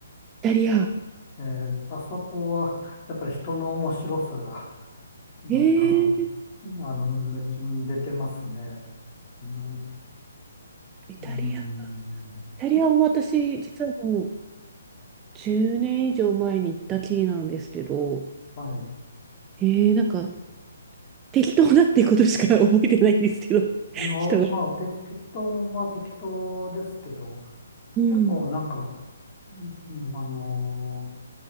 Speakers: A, on the right; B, on the left.
A: タリア。
B: ええ、あそこは、やっぱり人の面白さが、なんか、
A: へえ、
B: あの、抜きに出てますね。なんて、
A: イタリアか。
B: うーん、
A: イタリアも私、実はもう10年以上前に行ったきりなんですけど、
B: はい。
A: えー、なんか適当だってことしか覚えてないんですけど、
B: いや、まあ、
A: 人が。
B: て、適当は適当ですけど、
A: うん
B: 結構なんか、うんうんあの